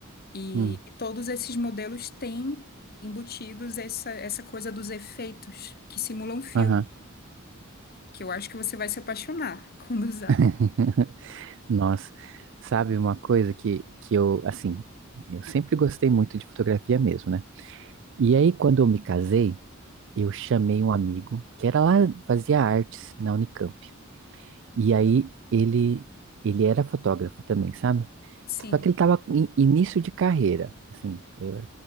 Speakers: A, on the left; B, on the right.
A: E,
B: Hum.
A: e todos esses modelos têm embutidos essa, essa coisa dos efeitos que simulam filme.
B: Aham.
A: Que eu acho que você vai se apaixonar <laughs> quando usar.
B: <laughs> Nossa, sabe uma coisa que, que eu, assim, eu sempre gostei muito de fotografia mesmo, né? E aí, quando eu me casei, eu chamei um amigo que era lá, fazia artes na Unicamp. E aí, ele, ele era fotógrafo também, sabe?
A: Sim.
B: Só que ele tava em início de carreira, assim, eu-